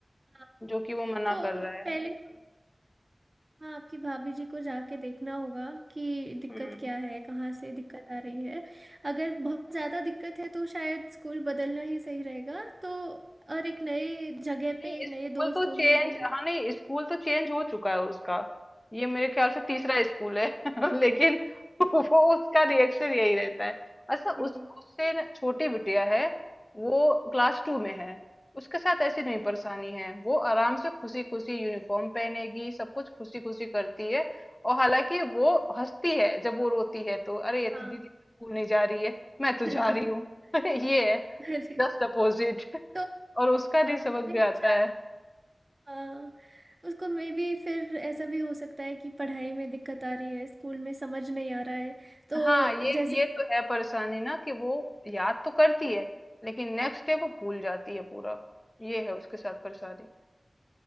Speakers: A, on the right (about 35°); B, on the left (about 25°).
A: हाँ,
B: जो कि वो मना
A: तो
B: कर
A: उन-
B: रहा है
A: पहले तो हाँ आपकी भाभी जी को जाके देखना होगा कि दिक्कत
B: हम्म
A: क्या है कहाँ से दिक्कत आ रही है अगर बहुत ज़्यादा दिक्कत है तो शायद स्कूल बदलना ही सही रहेगा तो और एक नई जगह
B: नहीं
A: पे
B: स्कूल
A: नए दोस्त
B: तो
A: होंगे
B: चेंज
A: <laughs>
B: हाँ नहीं स्कूल तो चेंज हो चुका है उसका ये मेरे ख्याल से तीसरा स्कूल है <laughs> लेकिन वो उसका रिएक्शन यही रहता है अच्छा उस
A: जी,
B: उससे न- छोटी बिटिया है वो क्लास टू में है उसके साथ ऐसी नहीं परेशानी
A: हाँ
B: है वो आराम से खुशी खुशी यूनिफॉर्म पहनेगी सब कुछ खुशी खुशी करती है और हालांकि वो हंसती है जब वो रोती है तो अरे ये तो
A: हाँ
B: दीदी तो स्कूल नहीं जा रही है मैं
A: <laughs>
B: तो जा रही हूँ <laughs> ये है
A: अरे
B: जस्ट अपोजिट <laughs>
A: तो
B: और उसका नहीं
A: आ,
B: समझ में
A: मैं
B: आता
A: शायद
B: है
A: हाँ, उसको मे भी फिर ऐसा भी हो सकता है कि पढ़ाई में दिक्कत आ रही है स्कूल में समझ नहीं आ रहा है तो
B: हाँ ये
A: जैसे
B: ये तो है परेशानी ना कि वो याद तो करती है लेकिन नेक्स्ट डे वो भूल जाती है पूरा ये है उसके साथ परेशानी